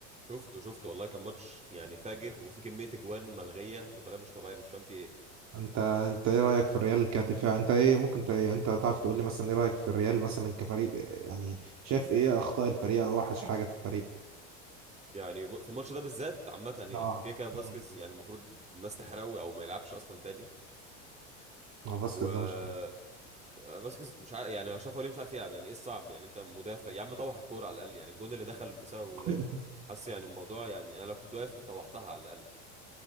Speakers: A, on the right; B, on the right.
A: شفته شفته والله كان ماتش يعني فاجر وفي كميه اجوان ملغيه بطريقه مش طبيعيه أنا مش فاهم في ايه
B: انت انت ايه رأيك في الريال كدفاع انت ايه ممكن انت انت تعرف تقول لي مثلا ايه رأيك في الريال مثلا كفريق يعني شايف ايه اخطاء الفريق او اوحش حاجة في الفريق
A: يعني ب- في الماتش ده بالذات عامه يعني
B: اه
A: كيكا فاسكيز
B: مم.
A: يعني المفروض الناس تحرقه او ما يلعبش اصلا تاني
B: هو فاسكيز
A: و
B: ده مش
A: آه، فاسكيز مش عارف يعني شافه ليه مش عارف يلعب يعني ايه الصعب يعني انت مدافع يا عم طوح الكوره على الاقل يعني الجون اللي دخل بسببه
B: <laughs>
A: ده حاسس يعني الموضوع يعني انا لو كنت واقف كنت طوحتها على الاقل